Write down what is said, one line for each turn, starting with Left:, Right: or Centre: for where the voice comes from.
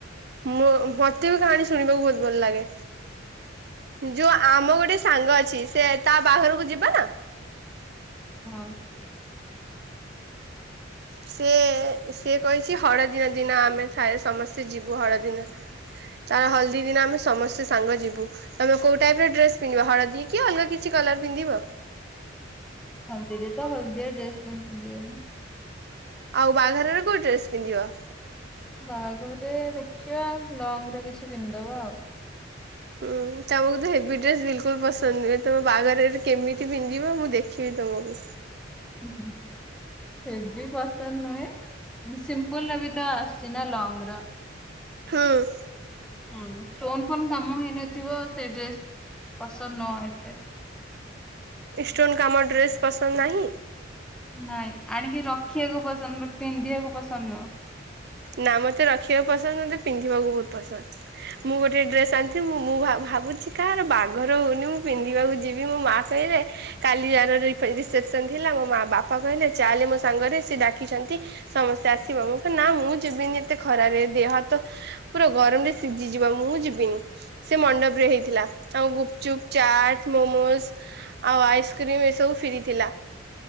Right: ମୋ ବତେ ବି କାହାଣୀ ଶୁଣିବାକୁ ବହୁତ ଭଲ ଲାଗେ। ଯୋଉ ଆମ ଗୋଟେ ସାଙ୍ଗ ଅଛି। ସେ ତା ବାଘହାରକୁ ଯିବା ନା?
Centre: ହୁଁ।
Right: ସେ ସେ କହିଛି ହଳଦିନ ଦିନ ଆମେ ସମସ୍ତେ ଯିବୁ ହଳଦିନ। ତାର ହଳଦୀ ଦିନ ଆମେ ସମସ୍ତେ ସାଙ୍ଗ ଯିବୁ। ତମେ କୋଉ ଟାଇପ୍ ର ଡ୍ରେସ୍‌ ପିନ୍ଧିବ ହଳଦୀ କି ଅଲଗା କିଛି କଲର ପିନ୍ଧିବ?
Centre: ହଳଦି ରେ ତ ହଳଦିଆଡ୍ରେସ ତ ପିନ୍ଧିବନି।
Right: ଆଉ ବାହାଘରରେ କୋଉ ଡ୍ରେସ୍ ପିନ୍ଧିବ?
Centre: ବାହାଘରରେ ଦେଖିବା ଲଙ୍ଗରେ କିଛି ପିନ୍ଧିଦବା ଆଉ।
Right: ହୁଁ ତମକୁ ତ ହେଭି ଡ୍ରେସ ବିଲକୁଲ ପସନ୍ଦ ନୁହେଁ। ତମ ବାହାଘରେ କେମିତି ପିନ୍ଧିବ ମୁଁ ଦେଖିବି ତମକୁ?
Centre: ଉଁ ହୁଁ ହୁଁ। ହେବି ପସନ୍ଦ ନୁହେଁ। ସିମ୍ପଲ୍ ର ବି ତ ଆସୁଛି ନା ଲଙ୍ଗ ର।
Right: ହୁଁ।
Centre: ହୁଁ ଷ୍ଟୋନ୍‌ ଫୋନ୍‌ କାମ ହେଇନଥିବ। ସେଇ ଡ୍ରେସ ପସନ୍ଦ ନୁହ ଏତେ।
Right: ଇଷ୍ଟନ୍‌ କାମ ଡ୍ରେସ୍ ପସନ୍ଦ ନାହିଁ।
Centre: ନାଇଁ ଆଣିକି ରଖିବାକୁ ପସନ୍ଦ। ପିନ୍ଧିବାକୁ ପସନ୍ଦ ନୁହଁ।
Right: ନା ମତେ ରଖିବାକୁ ପସନ୍ଦ ମତେ ପିନ୍ଧିବାକୁ ବହୁତ ପସନ୍ଦ। ମୁଁ ଗୋଟେ ଡ୍ରେସ୍‌ ଆଣିଥିଲି ମୁଁ ଭାବୁଛି କାହାର ବାହାଘର ହଉନି ମୁଁ ପିନ୍ଧିବାକୁ ଯିବି। ମୋ ମା ସେଇରେ କାଲି ଇଅର ରିସେପ୍ ସନ ଥିଲା। ମୋ ମା ବାପା କହିଲେ ଚାଲେ ମୋ ସାଙ୍ଗରେ ସିଏ ଡାକିଛନ୍ତି? ସମସ୍ତେ ଆସିବ ମୁଁ ନା ମୁଁ ଯିବିନି ଏତେ ଖରାରେ। ଦେହ ହାତ ପୁରା ଗରମରେ ସିଝିଯିବ ମୁଁ ଯିବିନି। ସେ ମଣ୍ଡପ୍ ରେ ହେଇଥିଲା ଆଉ ଗୁପ୍ ଚୁପ୍ ଚାଟ ମୋମୋସ। ଆଉ ଆଇସ୍କ୍ରିମ୍ ଏସବୁ ଫିରି ଥିଲା।